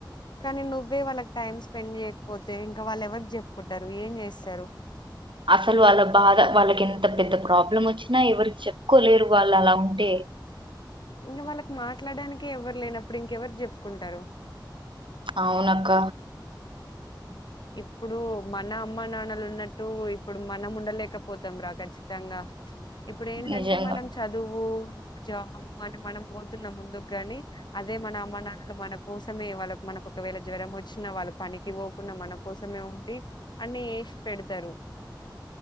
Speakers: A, on the left; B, on the right.
A: కానీ నువ్వే వాళ్ళకి టైమ్ స్పెండ్ చేయకపోతే ఇంకా వాళ్ళు ఎవరి చెప్పుకుంటరు ఏం చేస్తారు
B: అసలు వాళ్ళ బాధ వాళ్ళకి ఎంత పెద్ద ప్రాబ్లం వచ్చినా ఎవరికి చెప్పుకోలేరు వాళ్ళు అలా ఉంటే
A: ఇంక వాళ్ళకి మాట్లాడానినికి ఎవరు లేనప్పుడు ఇంకెవరు చెప్పుకుంటారు
B: అవునక్క
A: ఇప్పుడు మన అమ్మ నాన్నలు ఉన్నట్టు ఇప్పుడు మనం ఉండలేకపోతాం రా ఖచ్చితంగా ప్చ్ ఇప్పుడు ఏంటంటే
B: నిజంగా
A: మనం చదువు జాబు అని మనం పోతున్నాం ముందుకు గాని అదే మన అమ్మనాలు మన కోసమే వాళ్ళ మనకు ఒకవేళ జ్వరం వచ్చిన వాళ్ళ పనికి పోకున్నా మనం కోసమే ఉండి అన్ని ఏసి పెడతారు